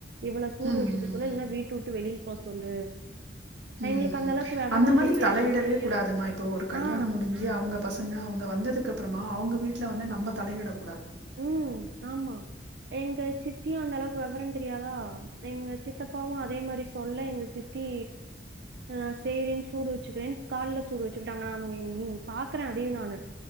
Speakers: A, on the right (about 60°); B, on the right (about 85°).
A: இவ்ளோ சூடு
B: ம்
A: வச்சு குடுக்கலன்னா
B: ம்
A: இல்லனா வீட்ட வுட்டு வெளிய அனுப்ப சொல்லு
B: ம்
A: எங்களுக்கு அந்த அளவுக்கு வெவரோ
B: அந்த மாரி
A: தெரியாது
B: தலையிடவே கூடாதுமா இப்போ ஒரு கல்யாண
A: ஆ
B: முடிஞ்சு அவுங்க பசங்க அவுங்க வந்ததுக்கு அப்பறமா அவுங்க வீட்டு ல வந்து நம்ப தலையிட
A: ம் ஆமா எங்க சித்தியு அந்த அளவுக்கு வெவரோ தெரியாதா எங்க சித்தப்பாவு அதே மாரி சொல்ல எங்க சித்தி ஆ சேரின் சூடு வெச்சுக்கிறேன் கால்ல சூடு வெச்சுக்கிட்டாங்க நா உம் பாக்குற அதையு நானு